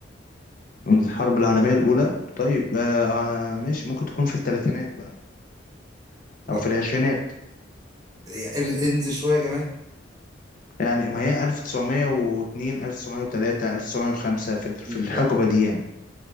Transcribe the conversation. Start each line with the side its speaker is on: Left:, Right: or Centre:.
Left: من الحرب العالمية الأولى طيب آه آه، ماشي ممكن تكون في الثلاثينات بقى
Right: لا
Left: أو في العشرينات
Right: يعني انزل شوية كمان
Left: يعني ما هي 1902 1903 1905 في في
Right: لا
Left: الحقبة دي يعني